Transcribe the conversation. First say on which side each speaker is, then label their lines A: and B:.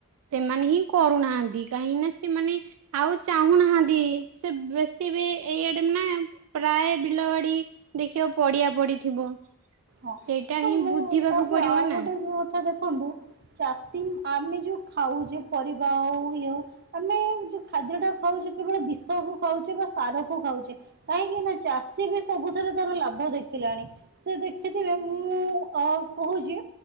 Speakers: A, on the right (about 65°); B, on the right (about 45°).
A: ସେମାନେ ହିଁ କରୁନାହାନ୍ତି କାହିଁକି ନା ସେମାନେ ଆଉ ଚାହୁଁନାହାନ୍ତି ସେ ବେଶୀ ବି ଏଇଆଡେ ନା ପ୍ରାୟ ବିଲ ବାଡି ଦେଖିବ ପଡିଆ ପଡିଥିବ।
B: ହଁ
A: ସେଇଟା
B: ତ
A: ହିଁ
B: ମୁଁ
A: ବୁଝିବାକୁ
B: ତାପରେ
A: ପଡିବ
B: ଆଉ
A: ନା।
B: ଗୋଟେ ନୂଆ କଥା ଦେଖନ୍ତୁ। ଚାଷୀ ଆମେ ଯୋଉ ଖାଉଚେ ପରିବା ହେଉ ଇଏ ହେଉ। ଆମେ ଯୋଉ ଖାଦ୍ୟ ଟା ଖାଉଚେ କେବଳ ବିଷ କ ଖାଉଚେ ବା ସାର କ ଖାଉଚେ। କାହିଁକି ନା ଚାଷୀ ବି ସବୁଥିରେ ତାର ଲାଭ ଦେଖିଲାଣି ସେ ଦେ ଦେଖଥିବେ ମୁଁ ଅ କହୁଚି